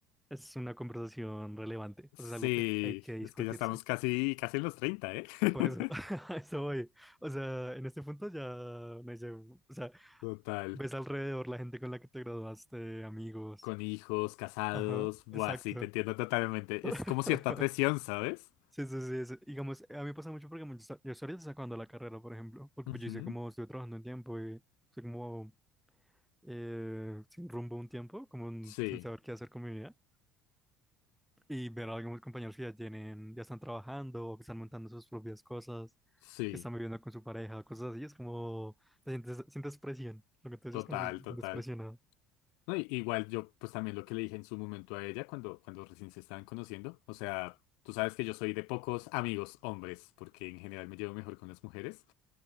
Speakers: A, in the centre; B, on the left.
A: es una conversación relevante.
B: Sí,
A: O sea, es algo que hay que discutirse.
B: es que ya estamos casi, casi en los treinta ¿eh? <laughs>
A: Por eso, <laughs> a eso voy. O sea, en este punto ya me llevo- o sea,
B: Total.
A: ves alrededor la gente con la que te graduaste, amigos.
B: con hijos, casados.
A: Ajá,
B: Buah,
A: exacto.
B: sí, te entiendo totalmente. Es
A: <laughs>
B: como cierta presión, ¿sabes?
A: Sí, sí, sí, sí. Digamos, a mí me pasa mucho porque como yo estoy yo estoy ahorita sacando la carrera, por ejemplo, porque
B: Ujú.
A: pues yo hice como, estuve trabajando un tiempo y estoy como eh, sin rumbo un tiempo, como un-
B: Sí,
A: sin saber qué hacer con mi vida. Y ver a algunos compañeros que ya tienen, ya están trabajando o que están montando sus propias cosas,
B: sí,
A: que están viviendo con su pareja, cosas así, es como, te sientes, sientes presión, lo que te dices
B: total,
A: es como que te
B: total.
A: sientes presionado.
B: No, y- igual yo, pues también lo que le dije en su momento a ella cuando, cuando recién se estaban conociendo. O sea, tú sabes que yo soy de pocos amigos hombres, porque en general me llevo mejor con las mujeres.